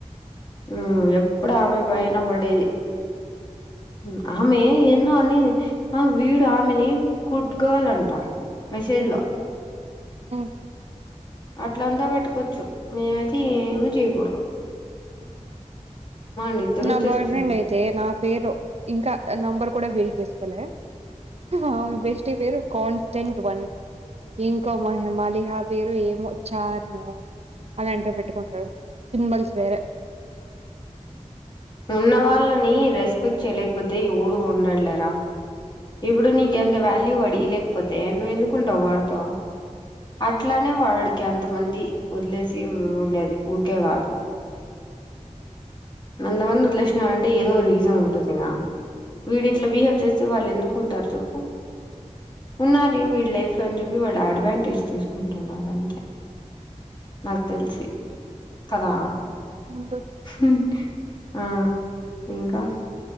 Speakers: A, on the left; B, on the right.
A: ఉ ఎప్పుడు ఆమె పైన పడేది ఉ ఆమె ఏందో అని అ వీ యామిని గుడ్ గర్ల్ అంట మెసేజ్ లో
B: ఉహు
A: అట్లా అంతా పెట్టుకోవచ్చు మేమైతే ఏమి చెయ్యకూడదు
B: ఉ
A: నిద్ర
B: నా
A: వచ్చేస్తుంది
B: బాయ్ ఫ్రెండ్ అయితే నా పేరు ఇంకా నంబర్ కూడా ఫీల్ చేసుకోలే హు ఆమే బెస్ట్ పేరు కాన్స్టంట్ వన్ ఇంకా మా హేమాలి హబ్ పేరు ఏమో చార్ ను అలాంట పెట్టుకుంటాడు సింబల్స్ వేరే
A: ఉన్న వాళ్ళని రెస్పెక్ట్ చేయలేకపోతే ఎవడు ఉండు లేరా ఇప్పుడు నీకు ఎంత <unintelligible> మళ్క వడిలేకపోతేా నువ్వు ఎందుకుంటావు్ వాడతో అట్లానే వాడు <unintelligible> క <unintelligible> ఎంత మంది వదిలేసి ఉండేది ఊరికే కాదు అంతా <unintelligible> మందిలేష్నంటే ఏదో రీజన్ ఉంటుందిగా వీడి ఇట్లా బిహేవ్ చేస్తే వాళ్ళు ఎందుకు <unintelligible> చెప్పు ఉన్నా జూపియాలి ఇలా అడ్వాంటేజ్ తీసుకుంటున్నారు అంటే నాకు తెలిసి కదా
B: ంట <unintelligible>
A: <unintelligible> ఆ ఇంకా